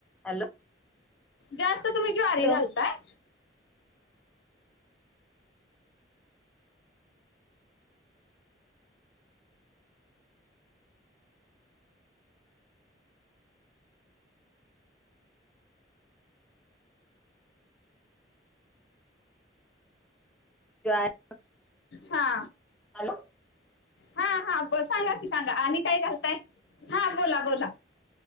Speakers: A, in the centre; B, on the left.
A: हॅलो
B: जास्त तुम्ही ज्वारी
A: हॅलो
B: घालताय?
A: ज्वारी
B: हा.
A: हॅलो.
B: हा हा ब सांगा की सांगा आणि काय घालताय? हा बोला बोला.